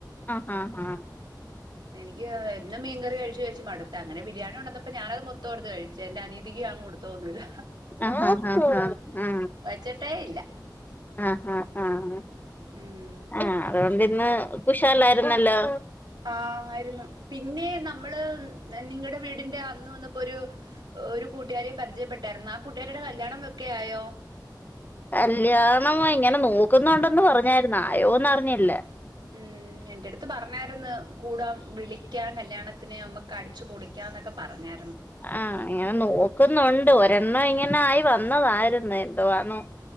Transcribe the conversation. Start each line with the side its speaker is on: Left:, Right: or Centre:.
Left: ആ ആഹ് ആഹ്
Right: എനിക്ക് എന്നും മീൻ കറി കഴിച്ച് കഴിച്ച് മട്ത്ത് അങ്ങനെ ബിരിയാണി കൊണ്ടന്നപ്പോ ഞാനത് മൊത്തോട്ത്ത് കഴി ചേ എന്റെ അനിയതിക്ക് ഞാൻ കൊടുത്തോന്നൂല്ല.
Left: ആഹ് ഹ ഹ ആ
Right: വെച്ചിട്ടേ ഇല്ല
Left: ആഹ് ആഹ് ആഹ്
Right: ഉം
Left: ആഹ് അതോ ഇന്ന് കുഷാലായിരുന്നല്ലോ.
Right: ആ ആയിരുന്നു പിന്നെ നമ്മള് നിങ്ങടെ വീടിന്റെ അന്ന് വന്നപ്പോരു ഒരു കൂട്ടാര്യെ പരിചയപ്പെട്ടായ്ര്ന്ന ആ കൂട്ടാരീടെ കല്യാണം വെക്കെ ആയോ?
Left: കല്യാണം ഇങ്ങനെ നോക്കുന്നൊണ്ടെന്ന് പറഞ്ഞാരുന്നു ആയോന്നർഞ്ഞില്ല.
Right: ഉം എന്റെടുത്ത് പർഞ്ഞാരുന്നു കൂടാ വിളിക്കാൻ കല്യാണത്തിന് അമ്മക്ക് അടിച്ചു പൊളിക്കാന്നൊക്കെ പർഞ്ഞാ
Left: ആഹ് ഇങ്ങനെ നോക്കുന്നൊണ്ട് ഒരെണ്ണം ഇങ്ങനെ ആയി വന്നതാര്ന്ന് എന്തുവാന്നോ